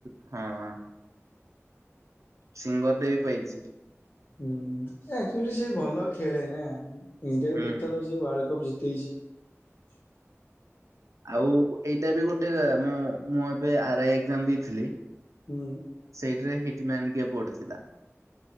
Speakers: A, on the right; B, on the left.
A: ହଁ ହଁ ସିଙ୍ଗର ଟେ ବି ପାଇଛି।
B: ହଁ ସେ ଆକଚୁଆଲି ସେ ଭଲ ଖେଳେ ନା ଇଣ୍ଡିଆକୁ
A: ହୁଁ
B: କେତେଥର ସେ ୱାଲ୍ଡକପ ଜିତେ ତେଇଛି।
A: ଆଉ ଏଇଟା ବି ଗୋଟେ ମୁଁ ଏବେ ଆର ଆଇ ଏକଜାମ ଦେଇଥିଲି।
B: ହୁଁ
A: ସେଇଠିରେ ହିଟ ମ୍ୟାନ୍ କିଏ ପଡିଥିଲା